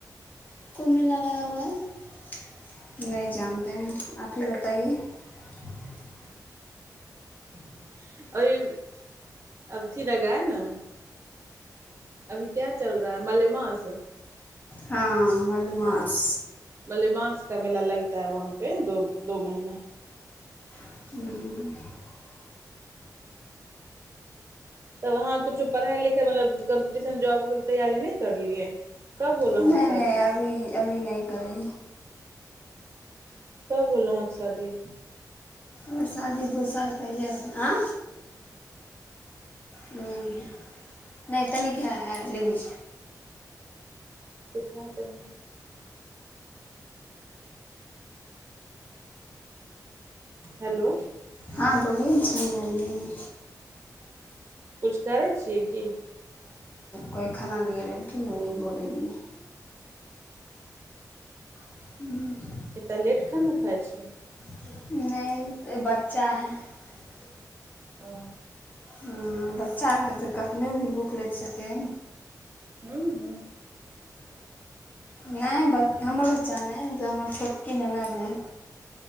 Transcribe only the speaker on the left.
<unintelligible>
हँ कमर मास
ह
नहि
नहि अभी अभी नहि करै
आओर शादी दू साल पहिले आँ नहि नहि तनिक हए लेली
हँ बोलि छी गेलियै
कोै खाना दिै रह किनुनि बोल द हू
<unintelligible>
ह बच्चाक के तऽ कखने भी भूख लागि सकै
नहि ब हमर बच्चा नहि मतलब हमर छोट किननागनि